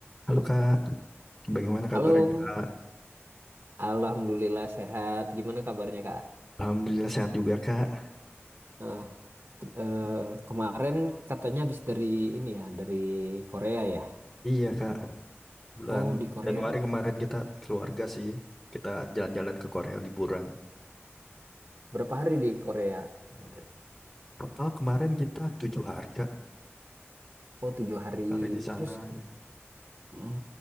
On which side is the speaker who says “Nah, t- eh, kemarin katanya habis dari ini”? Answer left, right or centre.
Right